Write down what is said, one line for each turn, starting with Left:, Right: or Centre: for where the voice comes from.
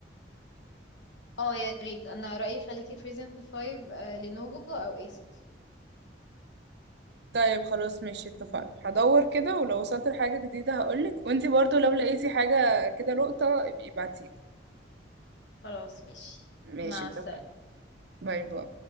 Left: اه يا ريت انا رأيي خليكي في ريزن 5 آه لينوفو او ايسوس
Right: طيب خلاص ماشي اتفقنا هدور كده ولو وصلت لحاجه جديده هقولك وانتي برضو لو لقيتي حاجه كده لقطه ابقي ابعتيلي
Left: خلاص ماشي
Right: ماشي
Left: مع
Right: اتفقنا
Left: السلامة
Right: باي باي